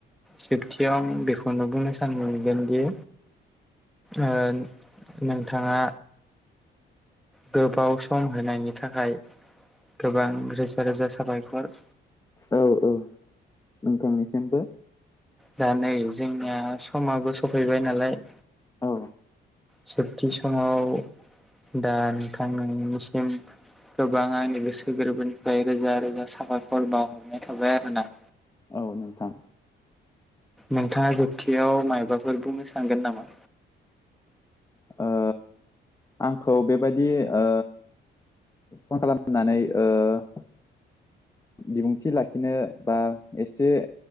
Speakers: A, in the centre; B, on the left (about 15°).
A: जोबथियाव आं बेखौनो बुंनो सान मोनगोनदि ओ नोंथाङा गोबाव सम होनायनि थाखाय गोबां रोजा रोजा साबायखर
B: औ-औ नोंथांनिसिमबो
A: दा नै जोंनिया समाबो सफैबाय नालाय
B: औ
A: जोबथि समाव दा नोंथां नोंनिसिम गोबां आंनि गोसो गोरबोनिफ्राय रोजा रोजा सााबाफर बावहरनाय थाबाय आरोना
B: औ नोंथां
A: नोंथाङा जोबथियाव मायबाफोर बुंनो सानगोन नामा
B: ओ आंखौ बेबायदि ओ फन खालामनानै ओ बिबुंथि लाखिनो बा एसे